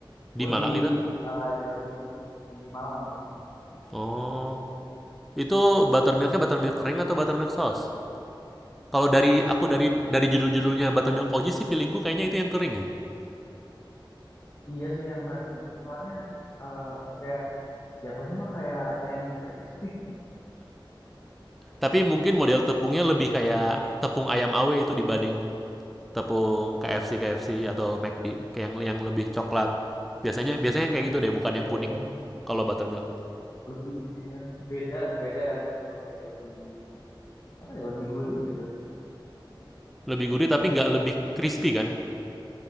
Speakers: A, in the centre; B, on the left.
A: di
B: gue
A: Malang
B: di
A: itu?
B: eh, Jawa Timur di Malang Malang
A: Oh, itu buttermilknya buttermilk kering atau buttermilk sauce? Kalau dari aku
B: Eh,
A: dari dari judul-judulnya buttermilk koji sih feelingku kayaknya itu yang kering ya.
B: iya sih yang kering itu soalnya eh, apa ya, kayak jatuhnya mah kayak ayam geprek sih
A: Tapi mungkin model tepungnya lebih kayak tepung ayam awe itu dibanding tepung KFC KFC atau McD kayak yang yang lebih coklat. Biasanya biasanya kayak gitu deh, bukan
B: Iya,
A: yang kuning. Kalau buttermilk
B: lebih iya beda beda rasanya emang kayak lebih apa ya lebih gurih gitu
A: lebih gurih tapi nggak lebih crispy kan?